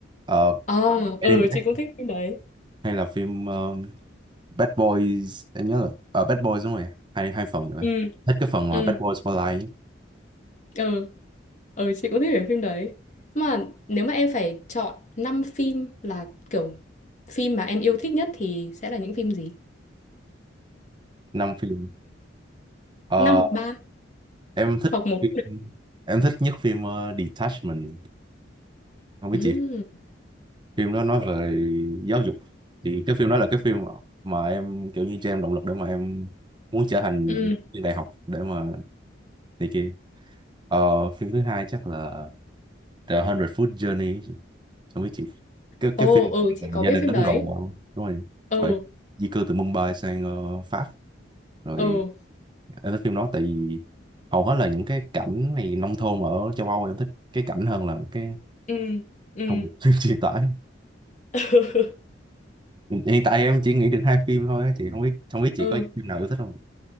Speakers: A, on the right; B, on the left.
A: ờ,
B: ờ
A: Men
B: ừ
A: in Black
B: chị cũng thích phim đấy
A: hay là phim ờ, Bad Boys em nhớ là ờ, Bad Boys đúng rồi hai hai phần rồi
B: ừ
A: thích cái phần
B: ừ
A: mà Bad Boys for Life
B: ừ Ừ chị cũng thích về phim đấy Mà nếu mà em phải chọn 5 phim là kiểu Phim mà em yêu thích nhất thì sẽ là những phim gì?
A: năm phim Ờ,
B: năm hoặc ba
A: em thích
B: hoặc một.
A: phim, em thích nhất phim ờ, Detachment không biết
B: ừ.
A: chị phim đó nói về giáo dục thì cái phim đó là cái phim mà em kiểu như cho em động lực để mà em muốn trở thành
B: ừ.
A: viên đại học để mà này kia Ờ, phim thứ hai chắc là The Hundred Foot Journey không biết chị cái
B: Ồ
A: cái phim
B: ừ chị
A: về
B: có
A: gia
B: biết
A: đình
B: phim
A: Ấn
B: đấy
A: Độ đúng rồi
B: Ừ
A: phải di cư từ Mumbai sang ờ, Pháp rồi
B: ừ
A: em thích phim đó tại vì hầu hết là những cái cảnh này nông thôn ở châu Âu em thích cái cảnh hơn là cái
B: ừ ừ
A: thông điệp <laughs> truyền tải
B: <laughs>
A: hiện tại em chỉ nghĩ được hai phim thôi á chị không biết không biết chị
B: ừ
A: có phim nào yêu thích không